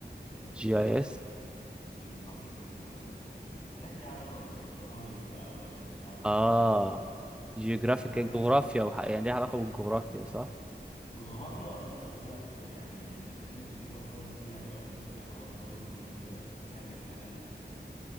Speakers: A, on the left (about 45°); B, in the centre.
A: جيوغرافيك
B: جي اي اس
A: جيوغرافيك انفورميشن سيستم حاجات ليها علاقه بالخرايط بقى والداتا بتاعه الخرايط
B: اه جيوغرافيك
A: فاهم حاجه بنعمل
B: جغرافيا وح... يعني ليها علاقة بالجغرافيا صح
A: جغرافيا وفي نفس الوقت يعني مدخلين كمبيوتر ساينس فيها اللي هو بنكتب اكواد بايثون وكده بحيث نعمل اناليسز